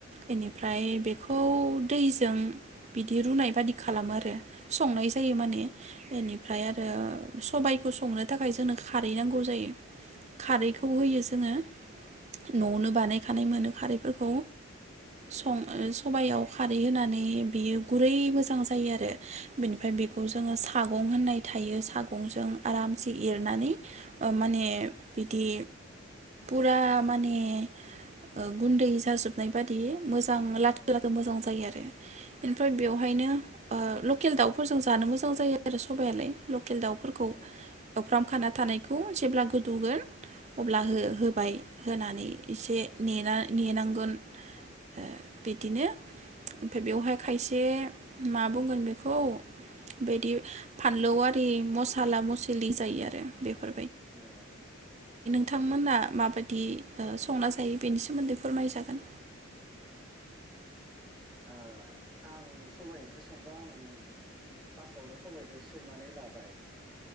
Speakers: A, on the right; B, in the centre.
A: इनिफ्राय
B: उम
A: बेखौ दैजों बिदि रुनाय बादि खालामो आरो। संनाय जायो माने
B: उम
A: इनिफ्राय आरो
B: औ
A: सबायखौ संनो थाखाय जोंनो खारै नांगौ जायो। खारैखौ
B: औ
A: होयो जोङो न'आवनो बानाय खानाय मोनो खारै फोरखौ सं
B: उम
A: ओ सबायाव खारै होनानै बियो गुरै मोजां जा जायो आरो बेनिफाय बेखौ
B: उम
A: जोङो सागं होननाय यै थायो सागंजों आराम से एरनानै ओ माने
B: उम
A: बिदि रा माने ओ गुन्दै जाजोबनाय बादि मोजां लाथो
B: औ
A: लाथो मोजां जायो आरो। ओनफ्राय बेवहायनो
B: उम
A: ओ लकेल दाउफोरजों जानो मोजां गोथाव जायो आरो सबायालाय। लकेल दाउफोरखौ
B: औ
A: एवफ्राम खाना थानायखौ जेब्ला गोदौगोन अब्ला
B: उम
A: हो-होबाय होनानै इसे नेना
B: उम
A: नेनांगोन ओ बिदिनो
B: उम
A: ओमफाय बेवहाय खायसे मा बुंगोन बेखौ बेदि फा लोवाद बे मसाला मस जायो आरो बेफोर
B: औ
A: नोंथांमोना माबायदि ओ संना जायो बेनि सोमोन्दै फोरमायजागोन।
B: ओ आं सबाइ ओंख्रि संबा आं फार्स्टावनो सबाइखौ सोमनानै लाबाय।